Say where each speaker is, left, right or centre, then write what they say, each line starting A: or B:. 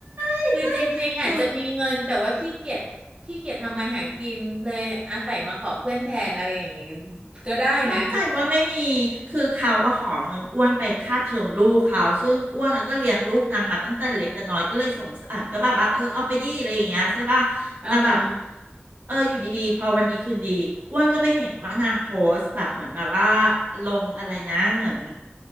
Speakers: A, on the right (about 55°); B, on the right (about 30°).
A: ยเจ๊คือ
B: คือจริงๆอาจจะมีเงินแต่ว่าขี้เกียจขี้เกียจทำมาหากินเลยอาศัยมาขอเพื่อนแทนอะไรอย่างนี้ก็ได้นะ
A: เข้าใจว่าไม่มีคือเขาว่าขอเงินอ้วนไปค่าเทอมลูกเขาซึ่งอ้วนอะก็เลี้ยงลูกนางมาตั้งแต่เล็กแต่น้อยก็เลยสงสารก็แบบว่าเออเอาไปดิอะไรอย่างเงี้ยใช่ป่ะ
B: อ๋อฮะ
A: แต่แบบเอออยู่ดีๆพอวันดีคืนดีอ้วนก็ไปเห็นว่านางโพสต์แบบเหมือนแบบว่าลงอะไรนะเหมือน